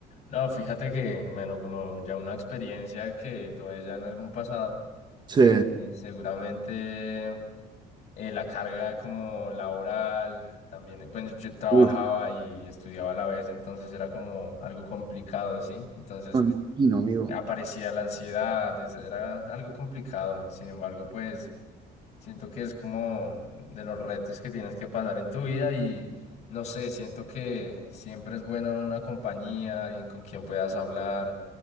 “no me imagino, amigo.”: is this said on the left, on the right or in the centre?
Right